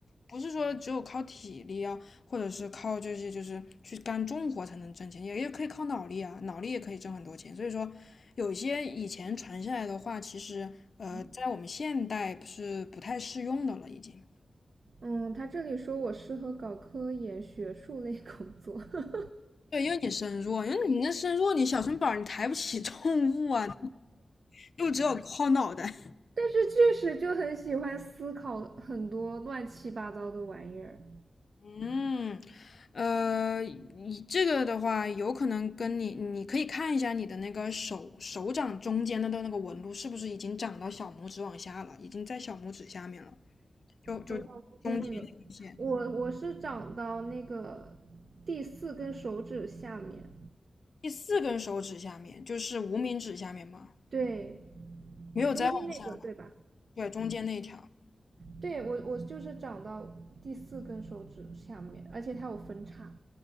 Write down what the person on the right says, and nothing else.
嗯
嗯，他这里说我适合搞科研学术类工作，<laughs>
但是确实就很喜欢思考很多乱七八糟的玩意儿。
手掌中间那个，我我是长到那个第四根手指下面，
对，
中间那个对吧？
对，我我就是长到第四根手指下面，而且它有分叉。